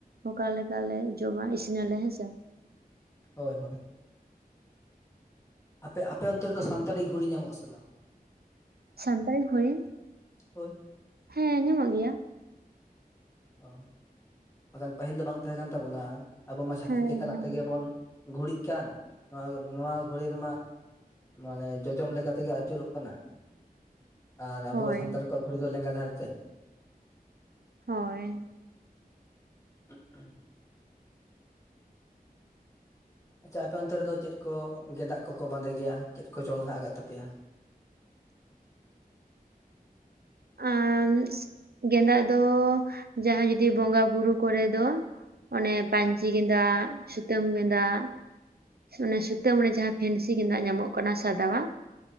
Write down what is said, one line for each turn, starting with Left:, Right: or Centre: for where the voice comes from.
Right: ᱚᱠᱟ ᱞᱮᱠᱟᱞᱮ ᱡᱚᱢᱟ ᱤᱥᱤᱱ ᱟᱞᱮ ᱦᱮᱸᱥᱮ
Left: ᱦᱳᱭ ᱦᱳᱭ ᱾ ᱟᱯᱮ ᱟᱯᱮ ᱚᱱᱛᱮ ᱨᱮᱫᱚ ᱥᱟᱱᱛᱟᱲᱤ ᱜᱷᱩᱲᱤ ᱧᱟᱢᱚᱜ ᱟᱥᱮ ᱵᱟᱝ?
Right: ᱥᱟᱱᱛᱟᱲᱤ ᱜᱷᱚᱲᱤ
Left: ᱦᱳᱭ
Right: ᱦᱮᱸ ᱧᱟᱢᱚᱜ ᱜᱮᱭᱟ ᱾
Left: ᱚ ᱾ ᱵᱟᱠᱷᱟᱡ ᱯᱟᱹᱦᱤᱞ ᱫᱚ ᱵᱟᱝ ᱛᱟᱦᱮᱸ ᱠᱟᱱ ᱛᱟᱵᱚᱱᱟ ᱾ ᱟᱵᱚ ᱢᱟ ᱪᱷᱟᱹᱛᱤᱠ
Right: ᱦᱮᱸ
Left: ᱞᱮᱠᱟᱱᱟᱜ
Right: ᱦᱮᱸ
Left: ᱛᱮᱜᱮ ᱵᱚᱱ ᱜᱷᱩᱲᱤᱜ ᱠᱟᱱ ᱱᱚᱣᱟ ᱱᱚᱣᱟ ᱜᱷᱩᱲᱤ ᱨᱮᱢᱟ ᱢᱟᱱᱮ ᱡᱚᱡᱚᱢ ᱞᱮᱠᱟ ᱞᱮᱠᱟ ᱛᱮᱜᱮ ᱟᱹᱪᱩᱨᱚᱜ ᱠᱟᱱᱟ ᱾ ᱟᱨ
Right: ᱦᱳᱭ
Left: ᱟᱵᱚ ᱥᱟᱱᱛᱟᱲ ᱠᱚᱣᱟᱜ ᱜᱷᱩᱲᱤ ᱫᱚ ᱞᱮᱸᱜᱟ ᱫᱷᱟᱨᱮ ᱛᱮ ᱾
Right: ᱦᱳᱭ ᱾
Left: ᱦ <inaudible> ᱟᱪᱪᱷᱟ ᱟᱯᱮ ᱚᱱᱛᱮ ᱨᱮᱫᱚ ᱪᱮᱫ ᱠᱚ ᱜᱸᱮᱫᱟᱜ ᱠᱚᱠᱚ ᱵᱟᱸᱫᱮ ᱜᱮᱭᱟ ᱪᱮᱫ ᱠᱚ ᱪᱚᱞ ᱦᱮᱱᱟᱜ ᱟᱠᱟᱫ ᱛᱟᱯᱮᱭᱟ?
Right: ᱟᱨ ᱜᱮᱸᱫᱟᱜ ᱫᱚ ᱡᱟᱦᱟᱸ ᱡᱩᱫᱤ ᱵᱚᱸᱜᱟ ᱵᱩᱨᱩ ᱠᱚᱨᱮ ᱫᱚ ᱾ ᱚᱱᱮ ᱯᱟᱹᱧᱪᱤ ᱜᱮᱸᱫᱟᱜ ᱥᱩᱛᱟᱹᱢ ᱜᱮᱸᱫᱟᱜ ᱚᱱᱮ ᱥᱩᱛᱟᱹᱢ ᱨᱮ ᱡᱟᱦᱟᱸ ᱯᱷᱮᱱᱥᱤ ᱜᱮᱸᱫᱟᱜ ᱧᱟᱢᱚᱜ ᱠᱟᱱᱟ ᱥᱟᱫᱟᱣᱟᱜ